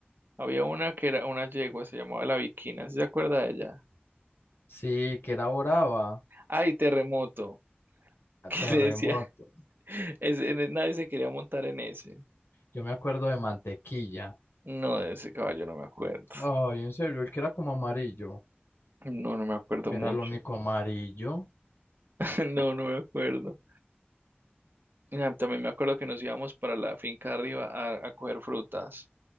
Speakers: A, on the right; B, on the left.
A: Había una que era una yegua, se llamaba la Viquina. ¿Sí se acuerda de ella?
B: sí, que era brava.
A: Ay, terremoto. <laughs> que
B: A Terremoto.
A: le decía, ese- en- el- nadie se quería montar en ese.
B: Yo me acuerdo de Mantequilla.
A: No, de ese caballo no me acuerdo.
B: Ay, en serio, él que era como amarillo.
A: No, no me acuerdo
B: Era
A: mucho.
B: el único amarillo.
A: <laughs> No, no me acuerdo. Ah, También me acuerdo que nos íbamos para la finca arriba a, a coger frutas